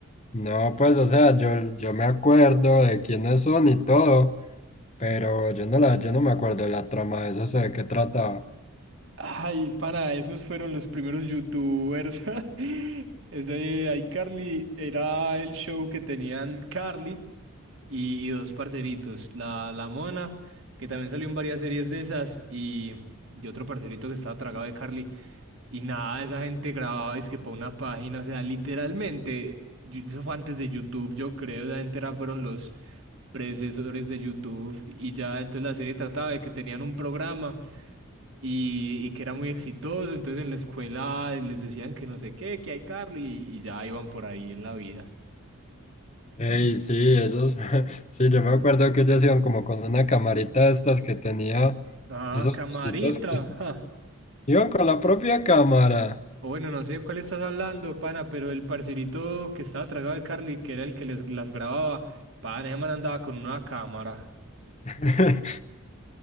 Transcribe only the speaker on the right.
Ay, pana, esos fueron los primeros youtubers. <laughs> Ese iCarly era el show que tenían Carly y, y dos parceritos, la, la Mona, que también salió en varias series de esas, y, y otro parcerito que estaba tragado de Carly. Y nada, esa gente grababa es que para una página, o sea, literalmente, yo- eso fue antes de YouTube, yo creo, esa gente era- fueron los predecesores de YouTube y ya entonces la serie trataba de que tenían un programa y, y que era muy exitoso, entonces en la escuela les decían que no sé qué, que hay Carly y, y ya iban por ahí en la vida.
Ah,
camarita.
ja.
O bueno, no sé de cuál estás hablando, pana, pero el parcerito que estaba tragado de Carly, que era el que les, las grababa, pana, ese man andaba con una cámara.